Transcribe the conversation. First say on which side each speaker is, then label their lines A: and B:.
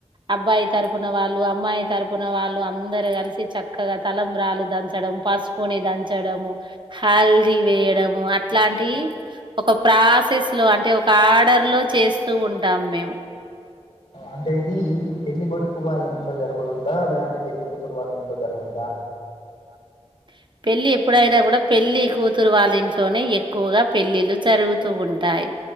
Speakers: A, on the right (about 45°); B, on the left (about 80°).
A: అబ్బాయి తరపున వాళ్ళు అమ్మాయి తరపున వాళ్ళు అందరు కలిసి చక్కగా. తలంబ్రాలు దంచడం పసుపుని దంచడము హల్దీ వేయడము అట్లాంటీయి. ఒక ప్రాసెస్ లో అంటే ఒక ఆర్డర్ లో చేస్తూ ఉంటాం మేం.
B: అంటే ఇది పెళ్లి కొడుకు వాళ్ళ ఇంట్లో జరుగుద్దా లేదంటే పెళ్లి కూతురు వాళ్ళ ఇంట్లో జరుగుద్దా.
A: కాని. పెళ్లి ఎప్పుడైనా కూడా పెళ్లి కూతురు వాళ్ళింట్లోనే ఎక్కువగా పెళ్ళిళ్ళు జరుగుతూ ఉంటాయి.